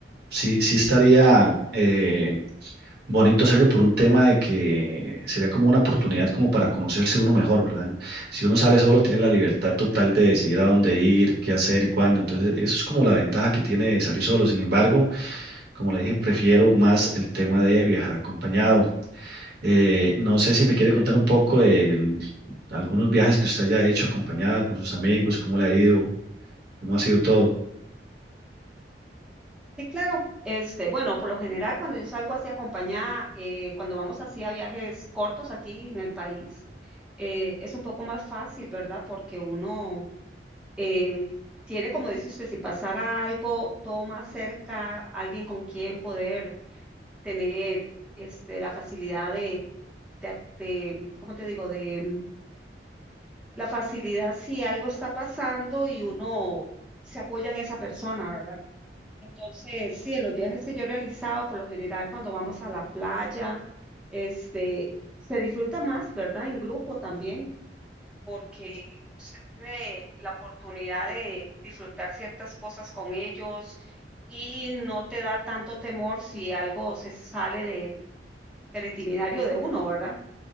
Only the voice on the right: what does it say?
sí, sí estaría... eh, bonito hacerlo por un tema de que sería como una oportunidad como para conocerse uno mejor, ¿verdad? Si uno sale solo, tiene la libertad total de decidir a dónde ir, qué hacer y cuándo. Entonces, eso es como la ventaja que tiene de salir solo. Sin embargo, como le dije, prefiero más el tema de viajar acompañado. Eh, no sé si me quiere contar un poco de el- algunos viajes que usted haya hecho acompañada con sus amigos, cómo le ha ido, cómo ha sido todo.